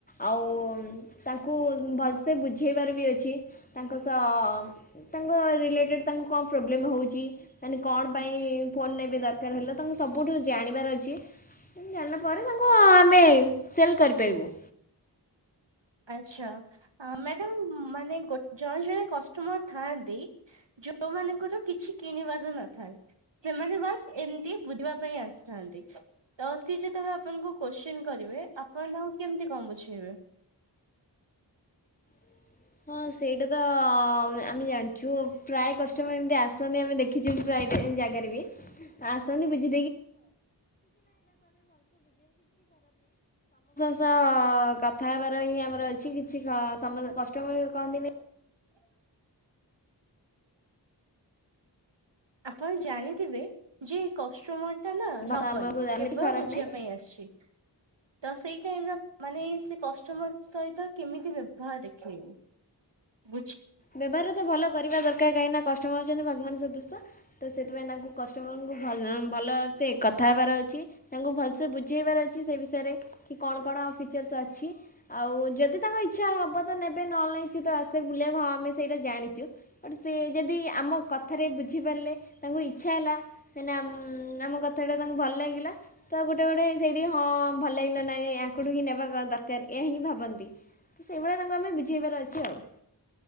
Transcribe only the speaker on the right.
ଆଛା ମ୍ୟାଡାମ୍ ମାନେ ଗୋ ଜଣେ ଜଣେ କଷ୍ଟମର୍ ଥାନ୍ତି ଯୋଉ ମାନଙ୍କର କିଛି କିଣିବାର ନଥାଏ, ସେମାନେ ବାସ୍ ଏମିତି ବୁଝିବା ପାଇଁ ଆସିଥାନ୍ତି। ତ ସିଏ ଯେତେବେଳେ ଆପଣଙ୍କୁ କ୍ୱେଶ୍ଚିନ୍ କରିବେ, ଆପଣ କେମିତି କଣ ବୁଝେଇବେ।
<inaudible> ଆପଣ ଜାଣିଥିବେ ଯେ କ ଷ୍ଟମର୍ଟା ନା ନବନି
କେବଳ
ବୁଝିବା
ପାଇଁ ଆସିଛି ତ ସେଇ ଟାଇମ୍ ର ମାନେ ସେ କଷ୍ଟମର୍ ସହିତ କେମିତି ବ୍ୟବହାର ଦେଖେଇବୁ ବୁଝ୍